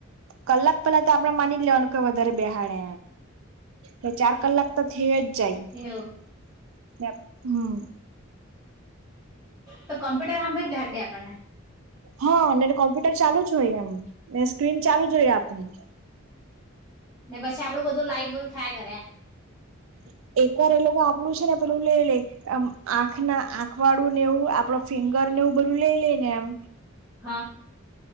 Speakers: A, on the right; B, in the centre.
A: કલાક પેલા તો આપડે માની લેવાનું કે વધારે બેહાડે એમ ચાર કલાક તો થઇ જ જાય હમ
B: એવું
A: ને આપ હમ.
B: તો કોમ્પ્યુટર હામે જ બેહાડ દે આપણને
A: હા અને કોમ્પ્યુટર ચાલુ જ હોય એમ સ્ક્રીન ચાલુ જ હોય આપડી.
B: ને પછી આપડું બધું લાઈવ બધું થાય કરે એ
A: <inaudible> એક વાર એ લોકો આપણું છે ને પેલું લે લય આમ આંખ ના આંખ વાળું ને એવું આપડો ફિંગર ને એવુ બધું લઈ લઈને એમ
B: હા